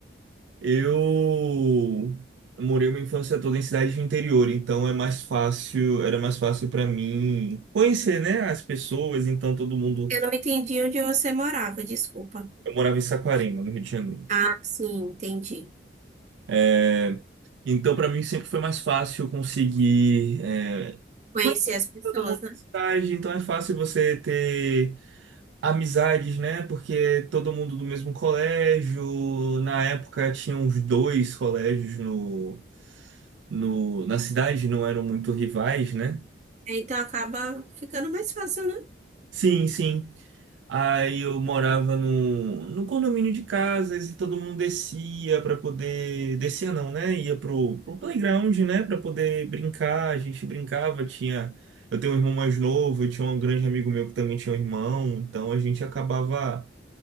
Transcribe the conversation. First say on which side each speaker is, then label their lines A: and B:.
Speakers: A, on the right; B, on the right.
A: Eu morei uma infância toda em cidade de interior, então é mais fácil, era mais fácil para mim conhecer, né, as pessoas, então todo mundo,
B: Eu não entendi onde você morava, desculpa.
A: eu morava em Saquarema, no Rio de Janeiro.
B: Ah, sim, entendi.
A: É, então para mim sempre foi mais fácil conseguir é,
B: Conhecer
A: conhecer
B: as pessoas,
A: todo mundo da
B: né?
A: cidade, então é fácil você ter amizades, né? Porque todo mundo do mesmo colégio. Na época tinha uns dois colégios no, no, na cidade, não eram muito rivais, né?
B: É, Então acaba ficando mais fácil, né?
A: Sim, sim. Aí eu morava no, no condomínio de casas e todo mundo descia para poder. Descia não, né? Ia pro, pro playground, né? Para poder brincar. A gente brincava, tinha. Eu tenho um irmão mais novo, eu tinha um grande amigo meu que também tinha um irmão, então a gente acabava